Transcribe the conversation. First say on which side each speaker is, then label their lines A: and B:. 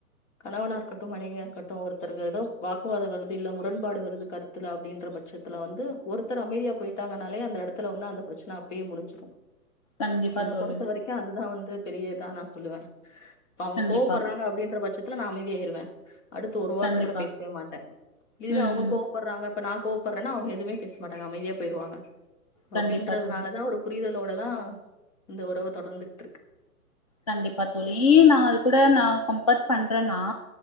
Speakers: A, on the left (about 50°); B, on the left (about 25°).
A: கணவனா இருக்கட்டு மனைவியா இருக்கட்டு ஒருத்தர்க்கு ஏதோ வாக்குவாத இல்ல முரண்பாடு வருது கருத்துல அப்டின்ற பட்சத்துல வந்து ஒருத்தர் அமைதியா போயிட்டாங்கனாலே அந்த எடத்துல வந்து அந்த பிரச்சன அப்பயே முடிஞ்சுறு
B: கண்டிப்பா
A: என்ன
B: தோழி
A: பொறுத்த வரைக்கு அதுதா வந் து பெரியதா நா சொல்லுவே இப்ப அவுங்க
B: கண்டிப்பா
A: கோவப்படுறாங்க அப்டின்ற பட்ச எடத்ல நா அமைதியாயிறுவே அடுத்து ஒரு வார்த்த
B: கண்டிப்பா.
A: கூட பே வே மாட்டே இதுவே
B: ம்.
A: அவுங்க கோவப்படுறாங்க அப்ப நா கோவப்பட்றேனா அவுங்க எதுமே பேச மாட்டாங்க அமைதியா போயிருவாங்க சோ
B: கண்டிப்பா
A: அப்டின்றதுனாலதா
B: தோழி.
A: ஒரு புதல் புரிதலோடதா இந்த ஒறவு தொடர்ந்துட்ருக்கு
B: கண்டிப்பா தோழி ஏ நா அது கூட நா கம்பர் பண்றேனா